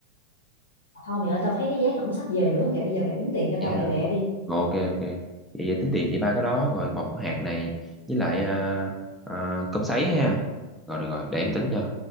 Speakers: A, on the left; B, in the centre.
A: Mà thôi mày ơi tao thấy cái dáng ổng sắp về nữa kìa bây giờ mày tính tiền cho
B: vậy
A: tao
B: Rồi,
A: lẹ lẹ đi
B: ok ok vậy, vậy tính tiền chị ba cái đó rồi bọc hạt này với lại ờ, ờ, cơm sấy ha rồi được rồi để em tính cho